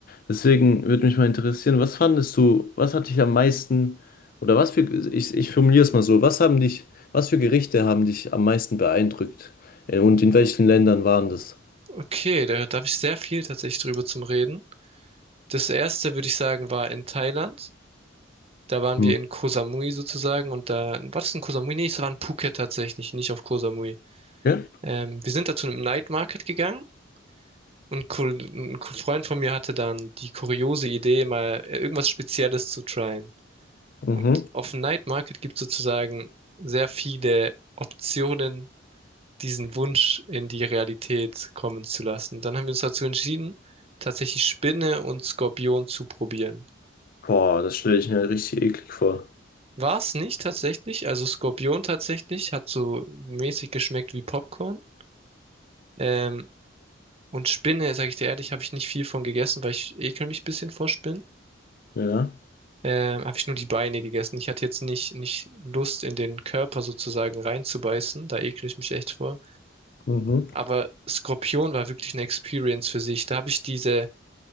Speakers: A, on the left; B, on the right.
A: Deswegen würde mich mal interessieren, was fandest du, was hat dich am meisten, oder was für, ich, ich formuliere es mal so, was haben dich, was für Gerichte haben dich am meisten beeindruckt? Äh, Und in welchen Ländern waren das?
B: Okay, da, da habe ich sehr viel tatsächlich drüber zum Reden. Das erste, würde ich sagen, war in Thailand. Da waren
A: Hm.
B: wir in Koh Samui sozusagen und da, war das in Koh Samui? Nee, es war in Phuket tatsächlich, nicht auf Koh Samui.
A: Ja?
B: Ähm, wir sind da zu einem Night Market gegangen und Ko- ein Ko- Freund von mir hatte dann die kuriose Idee, mal äh, irgendwas Spezielles zu tryen.
A: Mhm.
B: Und auf dem Night Market gibt es sozusagen sehr viele Optionen, diesen Wunsch in die Realität kommen zu lassen. Dann haben wir uns dazu entschieden, tatsächlich Spinne und Skorpion zu probieren.
A: Boah, das stelle ich mir richtig eklig vor.
B: War es nicht tatsächlich, also Skorpion tatsächlich hat so mäßig geschmeckt wie Popcorn. Ähm, und Spinne, sage ich dir ehrlich, habe ich nicht viel von gegessen, weil ich ekel mich ein bisschen vor Spinnen.
A: Ja.
B: Ähm, habe ich nur die Beine gegessen. Ich hatte jetzt nicht, nicht Lust, in den Körper sozusagen reinzubeißen. Da ekel ich mich echt vor.
A: Mhm.
B: Aber Skorpion war wirklich eine Experience für sich. Da habe ich diese